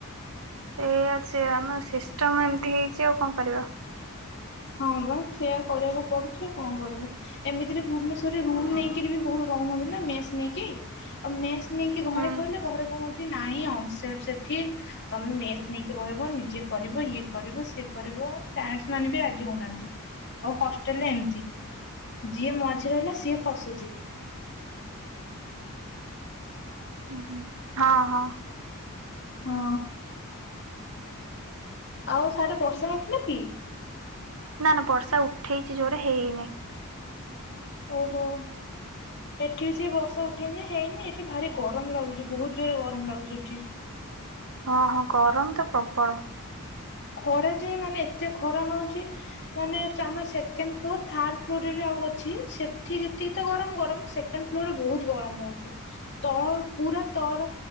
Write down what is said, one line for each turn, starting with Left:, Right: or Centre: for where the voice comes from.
Right: ଏ ସେ ଆମ ସିଷ୍ଟମ ଏମିତି ହେଇଚି ଆଉ କଣ କରିବା।
Left: ହଁ ହଁ ବା ସେଇଆ କରିବାକୁ ପଡୁଛି ଆଉ କଣ କରିବ ଏମିତିରେ ଭୁବନେଶ୍ୱରରେ ରୁମ ନେଇକିରି ବି ବହୁତ ରହୁ କଣ କରିଛି ନ ମେସ୍ ନେଇକି ଆଉ ମେସ୍ ନେଇକି ଘରେ
Right: ହୁଁ।
Left: କହିଲେ ଘରେ କଣ କରିଛି ନା ନାହିଁ ଅନସ ସେଠି ତମେ ମେସ ନେଇକି ରହିବ ନିଜେ କରିବ ଇଏ କରିବ ସିଏ କରିବ ପ୍ୟାରେଣ୍ଟ ମାନେ ବି ରାଜି ହଉନାହାନ୍ତି ଆଉ ହଷ୍ଟେଲରେ ଏମିତି ଯିଏ ମଝିରେ ରହିଲା ସିଏ ଫସୁଛି।
Right: ହ ହ ହଁ ହଁ।
Left: ହଁ। ଆଉ ସାଡେ ବର୍ଷା ହେଇଥିଲା କି?
Right: ନା ନା ବର୍ଷା ଉଠେଇଛି ଜୋରେ ହେଇନି।
Left: ଓହୋ। ଏଠି ବି ସେ ବର୍ଷା ଉଠେଇଚି ହେଇନି ଏଠି ଭାରି ଗରମ ଲାଗୁଛି ବହୁତ ଜୋରରେ ଗରମ ଲାଗୁଛି ଏଠି। ହଁ
Right: ହଁ ହଁ ଗରମ ତ ପ୍ରବଳ।
Left: ଖରା ଯେ ମାନେ ଏତେ ଖରା ହଉଛି ମାନେ ଆମ ସେକେଣ୍ଡ ଫ୍ଲୋର ଥାର୍ଡ଼ ଫ୍ଲୋରରେ ଆଉ ଅଛି ସେଠି ଯେତିକି ତ ଗରମ ଗରମ ସେକେଣ୍ଡ ଫ୍ଲୋରରେ ବହୁତ ଗରମ ହଉଛି। ତଳ ପୁରା ପୁରା ତର